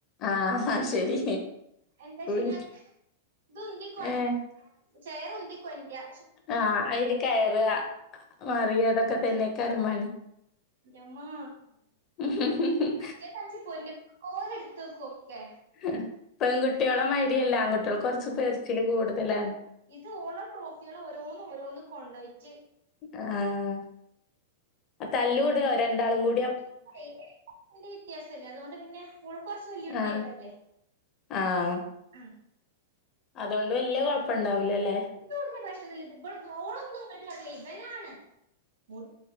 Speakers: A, on the left; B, on the right.
A: ആഹ് ശരി.
B: എന്ത
A: വിളി
B: ഷെയ്യാ ഇത് ഉന്തി കൊ
A: ഏഹ്
B: ചെയറുന്തി കൊണ്ട്രാ
A: ആഹ് അയില് കെയ്റാ മറിയാ ഇതൊക്കെ തന്നേക്കാരം മ
B: ഇന്റെമ്മാ
A: ഹ്ഹ്ഹ്..
B: മറ്റേ സഞ്ചി പൊന്ന്പോലെ ഇട്ത്തക്കും ഒക്കേ
A: ഏഹ് പെൺകുട്ട്യോളെ മാര്യല്ല ആൺകുട്ട്യോള് കൊറച്ച് പെര്ച്ചില് കൂടുതലാണ്
B: ഇത് ഓളെ ട്രോഫ്യള് ഓരോന്ന് ഓരോന്ന് കൊണ്ടോയിറ്റ്
A: ആഹ് ആഹ് തല്ലൂടോ രണ്ടാളും കൂ
B: <unintelligible> വ്യത്യാസല്ലേ അതോണ്ട് പിന്നെ ഓള്കൊറച്ച് വെല്ല്യ കുട്ടി
A: ആഹ്
B: ആയതല്ലേ
A: ആഹ്
B: ആഹ്
A: അതോണ്ട് വെല്ല്യ കൊഴപ്പണ്ടാവുല്ലല്ലേ
B: <unintelligible> പ്രശ്നൊന്നുല്ല്യാ ഇത് ത് ഇബള് ദോളൊന്നും ഇങ്ങണ്ട് കാട്ടുലാ ഇവനാണ് മുടി